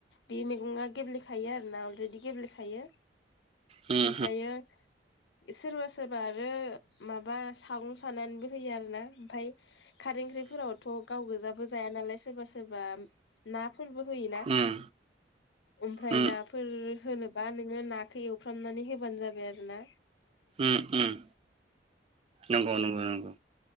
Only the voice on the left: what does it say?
बे मैगङा गेब्लेखायो आरोना अलरेडि गेब्लेखायो।
ओमफायो
सोरबा सोरबा आरो माबा सागं सानानैबो होयो आर ना ओमफ्राय खारै ओख्रिफोरावथ' गाव गोजाबो जाया नालाय सोरबा सोरबा नाफोरबो होयोना
ओमफ्राय
नाफोर होनोबा नोङो नाखौ एवफ्रामनानै होबानो जाबाय आरो ना।